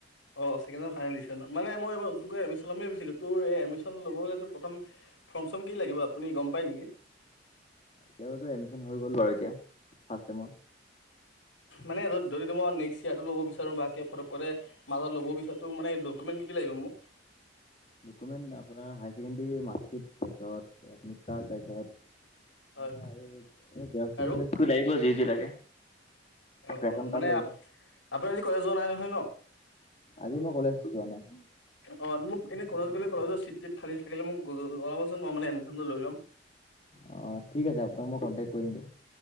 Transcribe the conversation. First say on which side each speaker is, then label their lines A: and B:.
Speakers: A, on the left; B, on the left.
A: অ ছেকেণ্ডয়েৰৰ ফাইনেল দিছে ন, মানে মই এইবাৰ নতুনকে এডমিচন ল'মেই ভাবিছিলো তোৰ এইডমিচন ল'বলে তোৰ প্ৰথম <inaudible> ফৰ্ম চম কি লাগিব আপুনি গম পায় নিকি?
B: এতিয়াটো এডমিছন হৈ গ'ল বাৰু এতিয়া। ফাৰ্ষ্ট চেমৰ
A: মানে যদি যদি তোমাৰ নেক্সট ইয়াতো ল'ব বিচাৰো বা কিয়া ফৰক পৰে মাজত লব বিচাৰোটো মানে ডকুমেণ্ট কি কি লাগিব মোক?
B: ডকুমেণ্ট আপোনাৰ হাইচেকেণ্ডেৰীৰ মাৰ্কশ্বিট তাৰপাছত এডমিতকাৰ্ড তাৰপিছত
A: হয়
B: এনেকে আৰু জেৰচকপি
A: আৰু
B: চেৰচকপি লাগিব যি যি লাগে।
A: অ
B: ৰেচন
A: অ
B: কাৰ্ড
A: মানে
B: লাগিব
A: আ আপোনি আজি কলেজ যোৱা নাই নহয় ন?
B: আজি মই কলেজ যোৱা নায়।
A: অ মোক এনে কলেজ গ'লে কলেজৰ চিট টিত খালী থাকিলে মোক জনাবচোন মই মানে এডমিচনটো লৈ ল'ম।
B: অ ঠিক আছে আপোনাক মই কন্টেক কৰিম দিয়ক।